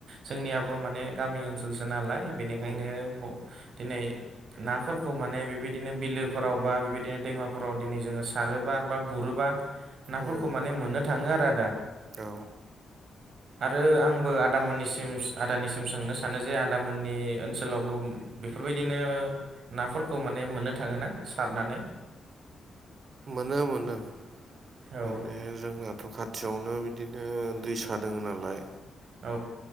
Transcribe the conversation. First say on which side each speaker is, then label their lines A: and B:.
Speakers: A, on the right (about 60°); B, on the right (about 45°).
A: जोंनियाबो माने गामि ओनसोलसो नालाय बेनिखायनो
B: उम
A: दिनै नाफोरखौ माने बेबायदिनो बिलोफोराव बा बेबायदिनो दैमाफोराव दिनै जोङो सारोबा बा गुरोबा नाफोरखौ
B: उम
A: माने मोननो थाङो आरो आदा
B: औ
A: आरो आंबो आदामोननिसिम आदानिसिम सोंनो सानो जे आदामोननि ओनसोलावबो बेफोरबायदिनो नाफोरखौ माने मोननो थाङोना सारनानै?
B: मोनो मोनो
A: औ
B: माने जोंनाथ' खाथि खाथियावनो बिदिनो दैसा दोङ नालाय
A: औ